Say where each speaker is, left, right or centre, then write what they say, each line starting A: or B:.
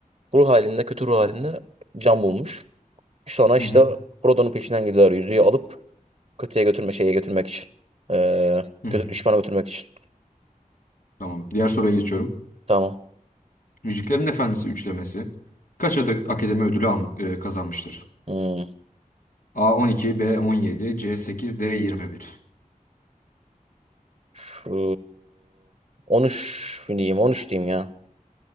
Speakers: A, on the right (about 40°); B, on the left (about 70°).
A: ruh halinde kötü ruh halinde can bulmuş. Sonra işte
B: Hı hı.
A: Frodo'nun peşinden gidiyorlar yüzüğü alıp kötüye götürme şeye götürmek için. E,
B: Hı hı.
A: kötü düşmana götürmek için.
B: Tamam. Diğer soruya geçiyorum.
A: Tamam.
B: Yüzüklerin Efendisi üçlemesi kaç adet akademi ödülü al- e, kazanmıştır?
A: Hmm.
B: A 12, B 17, C 8, D 21.
A: Şu 13 diyeyim 13 diyeyim ya.